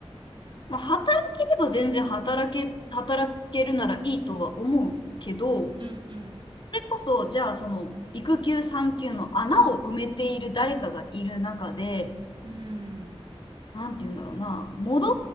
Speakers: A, on the left; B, on the right.
A: まあ、働ければ全然働け、働けるならいいとは思うけど、そ
B: うんうん。
A: れこそ、じゃあ、その、育休、産休の穴を埋めている誰かがいる中で、
B: うん。
A: なんて言うんだろうな、戻っ